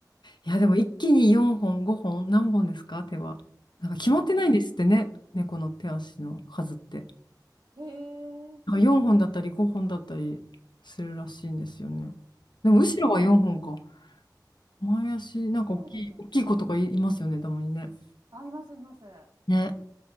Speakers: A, on the left; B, on the right.
A: いや、でも一気に4本、5本、何本ですか手は。なんか決まってないんですってね。
B: では、
A: 猫の手足の数って。
B: ええー
A: なんか4本だったり5本だったりするらしいんですよね。でも後ろは4本か。
B: ああ、
A: 前足、なんか大きい、
B: そうですよね。
A: 大きい子とかい、いますよね、たまにね。
B: あ、いますいます。
A: ね、